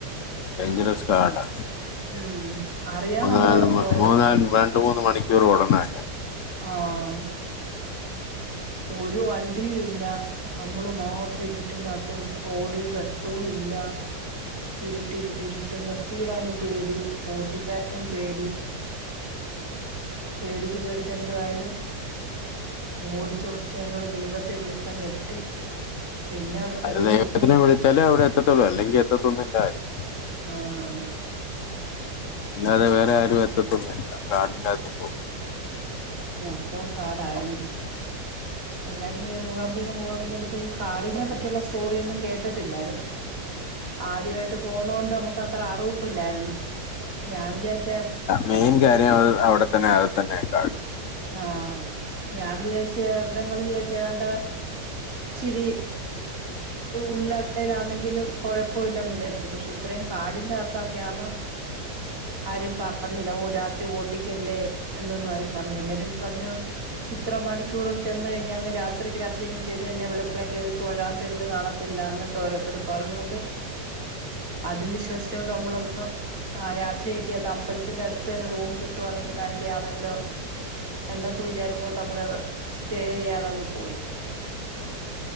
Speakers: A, on the left; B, on the right.
A: ഡെയ്ഞ്ചറസ് കാടാ
B: ഉം അറിയാതെ
A: മൂന്നാല്
B: നമ്മള് പോയതാ
A: മൂന്നാല് രണ്ട് മൂന്ന് മണിക്കൂർ ഓടണലേ
B: ആഹ് ഒരു വണ്ടിയും ഇല്ല. നമ്മള് മാത്രം ഇരുട്ടിന്റെ അകത്ത് റോഡീ വെട്ടവും ഇല്ല ഇരുട്ട് ഇരുട്ട് ഇരുട്ട് നിർത്തിയിടാനും പേടി ഓട്ടിക്കാനും പേടി. പേടിച്ച് പേടിച്ച് എന്തുവായാലും ഓടി ച്ചോടിച്ച് ഞങ്ങള് ദൈവത്തെ വിളിച്ചങ്ങെത്തി. പിന്നെ അവിടെ ചെന്ന്
A: അത് ദൈവത്തിനെ
B: റൂമ്
A: വിളിച്ചാലേ അവിടെ എത്തത്തുള്ളൂ അല്ലെങ്കി എത്തൊത്തൊന്നുല്ലാരും.
B: ആഹ്
A: അല്ലാതെ വേറെ ആരും എത്തത്തൊന്നില്ല. കാട്ട്ന്റെത്തിപ്പൊ.
B: മൊത്തോ കാടായിരുന്നു. എല്ലാരും ഇങ്ങനെ മൂകാമ്പിക മൂകാമ്പിന്നർഞ്ഞപ്പെഴേ ഈ കാടിനെ പറ്റിയുള്ള സ്റ്റോറിയൊന്നും കേട്ടട്ടില്ലായ്രുന്നു. ആദ്യവായിട്ട് പോകുന്നോണ്ട് നമുക്ക് അത്ര അറിവുല്ലായ്രുന്നു. ഞാൻ വിചാരിച്ചെ
A: മെയ്ൻ കാര്യം അത് അവിടെത്തന്നെ അത് തന്നെ കാ
B: ആഹ് ഞാൻ വിചാര്ച്ച എന്തങ്ങള് വിചാര്ച്ച ഏതാണ്ട് ഇച്ചിരി ഉള്ള <unintelligible> ണെങ്കിലും കൊഴപ്പമില്ലന്ന് വിചാര്ച്ചു. പശേ ഇത്രയും കാടിന്റെ അത്തൊക്കെയാന്ന് ആരും പറഞ്ഞില്ല രാത്രി ഓട്ടിക്കല്ലേ എന്നൊന്നും ആരും പറഞ്ഞില്ല. <unintelligible> ഇത്ര മണിക്കൂർ ചെന്ന് കഴിഞ്ഞാ അങ്ങ് രാത്രിക്ക് രാത്രിയങ്ങ് ചെയ്ത് കഴിഞ്ഞാ വെളുപ്പിനെ കേറി തൊഴാൻ തെള്ള് കാണത്തില്ല എന്ന ഓരോരുത്തര് പറഞ്ഞോണ്ട് അതും വിശ്വസിച്ചോണ്ട് നമ്മളന്ന് ആഹ് രാത്രിയല്ലേ അമ്പൽത്തിന്റെ അടുത്ത് തന്നെ റൂം കിട്ടുവാന്നെങ്കി നല്ലയാന്നല്ലോ. എന്നൊക്കെ വിചാരിച്ചോണ്ട് നമ്മള് സ്റ്റേയ്യാതെങ്ങ് പോയി.